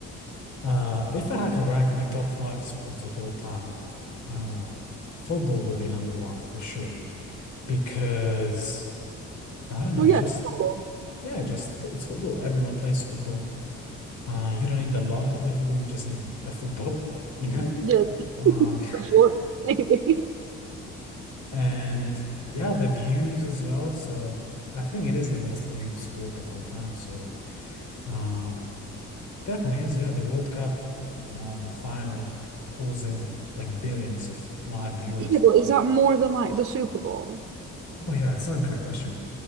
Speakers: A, on the left; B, on the right.
A: Uh, if I had to rank my top five sports of all time, uh, football would be number one for sure because I don't know,
B: Well
A: it's
B: yeah,
A: just
B: football.
A: yeah, just fo- it's football. Everyone plays football. Uh, you don't need a lot to play football. You just need a football, <laughs> you know.
B: Yeah,
A: Um,
B: that's what <laughs> maybe.
A: <laughs> and yeah, the views as well. So I think it is the most viewed sport of all time. So. Um, Definitely is. Yeah, the World Cup uh final pulls in like billions of live viewers.
B: Yeah, but is that more than like the Super Bowl?
A: Oh yeah, it's not even a question.